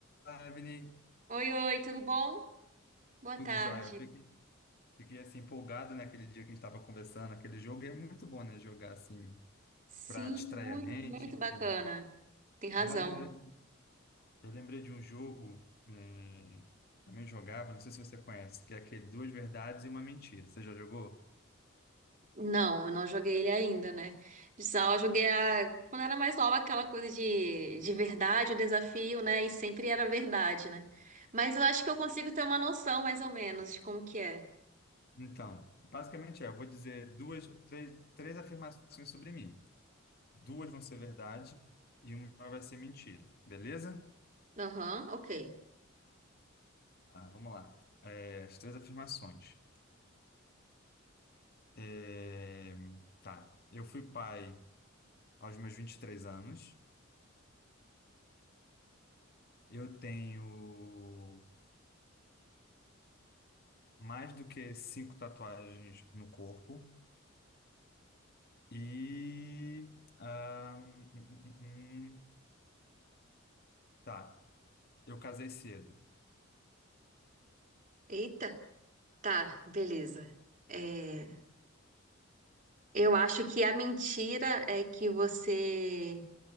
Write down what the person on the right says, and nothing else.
Oi, oi, tudo bom? Boa
tarde.
Sim,
muito,
muito
bacana. Tem razão.
Não, eu não joguei ele ainda, né? Só eu joguei a... quando era mais nova, aquela coisa de, de verdade, o desafio, né? E sempre era verdade, né? Mas eu acho que eu consigo ter uma noção, mais ou menos, de como que é.
Aham, ok.
Eita, tá, beleza. É, Eu acho que a mentira é que você